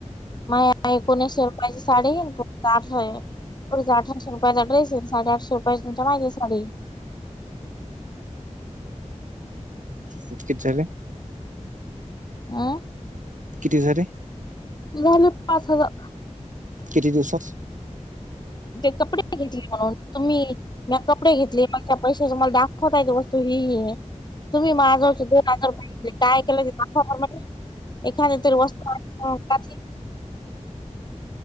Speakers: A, on the right (about 85°); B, on the left (about 35°).
A: ह <inaudible>
B: माझ एकोणीसशे रुपयाची साडी, येईनठ अठराशे रुपयाचा ड्रेस ये साडेआठशे रुपया तु माहितीे साडी <unintelligible>
A: उचकच झाले.
B: अं.
A: किती झाले
B: झालं पाच हजार.
A: किती दिवसात.
B: ते कपडे घेतले म्हणून तुम्ही, म कपडे घेतले मग त्या पैसा दाखव. वतायची वस्तू ही आहे तुम्ही माज दोन आजार पाहिजे काय केलं ते दाखवहिे <unintelligible> एखा तरो वस्त <unintelligible>